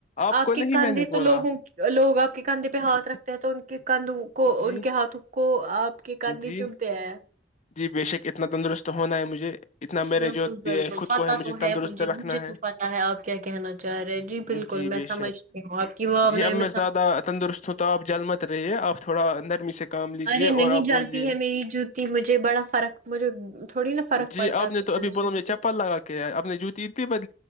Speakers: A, on the left (about 40°); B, on the right (about 45°).
A: آپ
B: آ
A: کو
B: کے
A: نہیں
B: کنددے
A: میں نے
B: تو
A: بولا
B: لوگوں لوگ کند پہات
A: جی
B: رکھتے ہیں تو کاندو کو
A: جی
B: ان کے ہاتھوں کو آپ کی کدھی
A: جی
B: چبتے ہیں
A: جی بے شک اتنا تندرست <inaudible> آم اتنا میرے
B: بالکل
A: جو
B: بالکل
A: یہ خود
B: پتا
A: کو ہے مجھے
B: تو
A: تندرست
B: مجھے
A: رکھنا
B: تو
A: ہے
B: پتا ہے آپ کیا کہنا چاہ رہے ہیں۔ بالکل
A: جی بے
B: میں سمجھتی
A: شک
B: ہوں آپ کی بھاونائیں
A: جی اب میں زیادہ
B: سمجھتی
A: تندرست ہوں تو آپ مت رہیے آپ تھوڑا <inaudible>
B: ارے نہیں
A: اور آپ بولیے
B: جاتی ہے میری جوتی مجھے بڑا فرق مجھے تھوڑی نا فرق
A: جی
B: پڑتا
A: آپ
B: ہے
A: نے تو ابھی بولا مجھے چپل لگا کے ہے آپ نے جوتی ا تھی